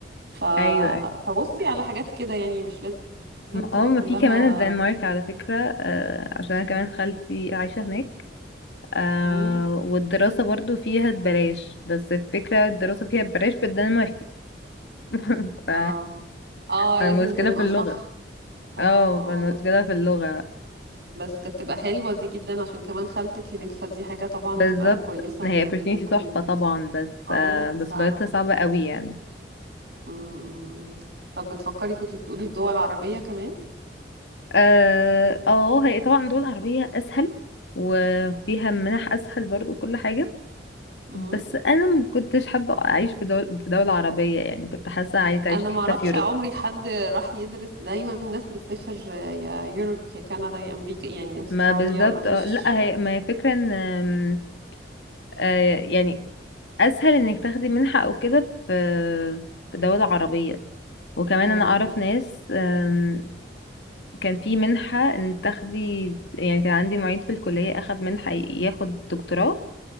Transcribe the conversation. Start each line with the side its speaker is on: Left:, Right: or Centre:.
Right: ف...
Left: ايوه ايوه
Right: فبصي على حاجات كده يعني مش لازم
Left: ما-
Right: تبقى
Left: اه ما
Right: كلها
Left: في كمان الدنمارك على فكرة آه عشان انا كمان خالتي عايشة هناك آه
Right: مم.
Left: والدراسة برضو فيها ببلاش بس الفكرة الدراسة فيها ببلاش بالدنماركي <laughs> ف...
Right: اه اه
Left: فالمشكلة
Right: لازم دنمارك
Left: في اللغة
Right: صح اه
Left: اه
Right: اه
Left: فالمشكلة في اللغة
Right: بس كانت تبقى حلوة دي جدا عشان كمان خالتك هناك فدي حاجة طبعا
Left: بالظبط
Right: تبقى كويسة
Left: هي
Right: انك
Left: opportunity
Right: ممكن
Left: تحفة طبعا بس
Right: اه
Left: آه بس
Right: تساعدك
Left: لغتها صعبة قوي يعني
Right: مم، مم، مم. طب بتفكري كنتي بتقولي في دول عربية كمان
Left: اه آه، هي طبعا دول عربية اسهل وفيها منح اسهل برضو كل حاجة
Right: مم.
Left: بس انا ما كنتش حابه اعيش في دول في دوله عربيه يعني كنت حاسه عايزه اعيش
Right: انا
Left: في
Right: ما
Left: حته
Right: اعرفش
Left: في يوروب
Right: عمري حد راح يدرس دايما الناس بتسافر آه، يا يوروب يا كندا يا امريكا يعني استراليا
Left: ما بالظبط
Right: ما فيش
Left: آه، لا هي ما هي فكره ان آم، آه، يعني اسهل انك تاخدي منحه او كده في في دوله عربيه وكمان
Right: مم.
Left: انا اعرف ناس آم، كان في منحه ان تاخدي يعني كان عندي معيد في الكليه اخد منحه ياخد دكتوراه